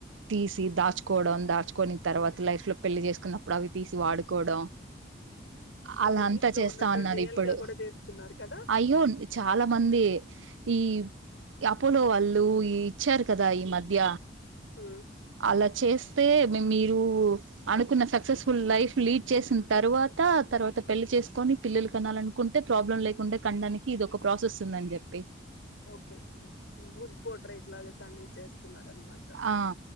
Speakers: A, on the right; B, on the left.
A: తీసి దాచుకోడం దాచుకొని తర్వాత లైఫ్ లో పెళ్లి చేసుకున్నప్పుడు అవి తీసి వాడుకోవడం అలా
B: మూవీస్
A: అంతా
B: లో
A: చేస్తా
B: ఉన్నట్టు
A: అన్నారు
B: రియల్
A: ఇప్పుడు
B: గా కూడా చేస్తున్నారు కదా
A: అయ్యో చాలా మంది ఈ అపోలో వాళ్ళు ఈ ఇచ్చారు కదా ఈ మధ్య
B: ఊ
A: అలా చేస్తే మే మీరు అనుకున్న సక్సస్ఫుల్ లైఫ్ లీడ్ చేసిన తర్వాత తర్వాత పెళ్లి చేసుకొని పిల్లలు కనాలను కుంటే ప్రాబ్లం లేకుంటే కనడానికి ఇది ఒక ప్రాసెస్ ఉందని చెప్పి
B: ఓకే గుడ్ పోట్రైట్ లాగా దాన్ని చేస్ తున్నారన్మా
A: ఆ